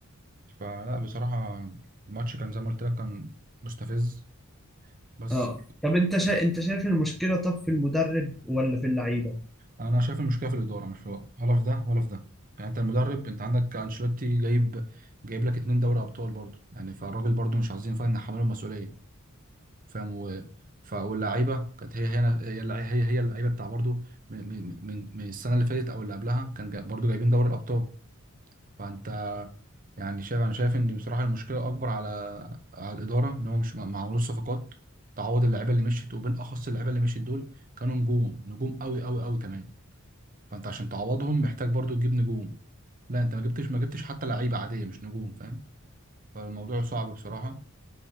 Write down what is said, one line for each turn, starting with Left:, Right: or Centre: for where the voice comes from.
Right: فلا بصراحة الماتش كان زي ما قلت لك كان مستفز بس
Centre: اه طب انت شا... انت شايف المشكله طب في المدرب ولا في اللعيبه
Right: أنا شايف المشكلة في الإدارة مش في ولا في ده ولا في ده يعني أنت المدرب أنت عندك أنشيلوتي جايب جايب لك اتنين دوري أبطال برضه يعني فالراجل برضه مش عايزين فاهم نحمله المسؤولية فاهم و... ف... واللعيبه كانت هي هنا هي اللع- هي هي اللعيبه بتاع برضو من من من من السنه اللي فاتت او اللي قبلها كان جا... برضو جايبين دوري الابطال فانت يعني شايف انا شايف ان بصراحه المشكله اكبر على على الاداره ان هم مش ما ما عملوش صفقات تعوض اللعيبه اللي مشيت وبالاخص اللعيبه اللي مشيت دول كانوا نجوم نجوم قوي قوي قوي كمان فانت عشان تعوضهم محتاج برضو تجيب نجوم لا انت ما جبتش ما جبتش حتى لعيبه عاديه مش نجوم فاهم فالموضوع صعب بصراحه